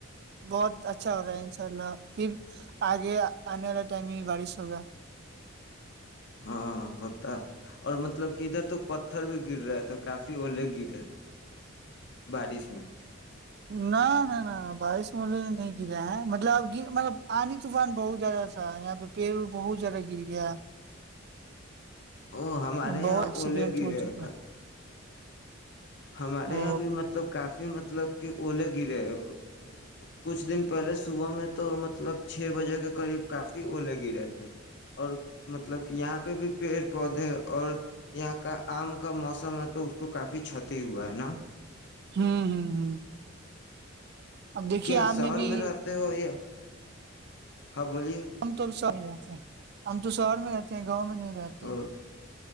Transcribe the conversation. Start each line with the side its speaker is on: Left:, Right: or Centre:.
Right: بہت اچھا ہو رہا ہے انشاء اللہ پھر آگے آنے والا ٹائم میں بارش ہوگیا
Left: ہاں ہوتا اور مطلب کہ ادھر تو پتھر بھی گر رہے تھے کافی الے گرے بارش میں
Right: نہ نہ نہ بارش والے نے نہیں گرا ہے مطلب اب مطلب آنی طوفان بہت زیادہ تھا یہاں پہ پیڑ وڑ بہت زیادہ گر گیا ہے
Left: او ہمارے
Right: بہت
Left: یہاں
Right: ایکسیڈینٹ
Left: اولہے گرے
Right: ہو چکا
Left: کا
Right: ہے
Left: ہمارے
Right: او
Left: یہاں بھی مطلب کافی کافی مطلب کہ اولے گرے ہے کچھ دن پہلے صبح میں تو مطلب چھ بجے کے قریب کافی اولے گرے تھے اور مطلب کہ یہاں پہ بھی پیڑ پودے اور یہاں کا آم کا موسم ہے تو اس کو کافی چھت ہی ہوا ہے نا
Right: ہوں ہوں ہوں اب دیکھیے
Left: کیا
Right: آ
Left: شہر
Right: میں بھی
Left: رہتے ہو یہ ہاں بولیے
Right: تو ش میں رہتے ہیں ہم تو شہر میں رہتے ہیں گاؤں میں نہیں رہتے
Left: او